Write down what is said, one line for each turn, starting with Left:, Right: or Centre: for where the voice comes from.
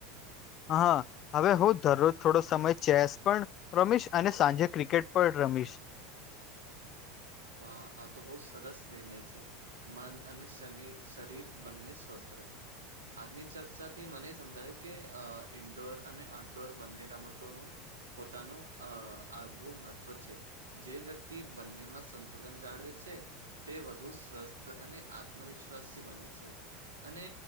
Left: હા હવે હું દરરોજ થોડો સમય ચેસ પણ રમીશ અને સાંજે ક્રિકેટ પણ રમીશ
Right: વાહ આ તો બહુ સરસ નિર્ણય છે મન અને શ શરીર બંને સ્વસ્થ રહે આજની ચર્ચાથી મને સમજાયું કે ઇન્ડોર અને આઉટડોર બંને રમતોનું પોતાનું અ આગવું મહત્વ છે જે વ્યક્તિ બંનેમાં સંતુલન જાળવે છે તે વધુ સ્વસ્થ અને આત્મવિશ્વાસથી બને છે અને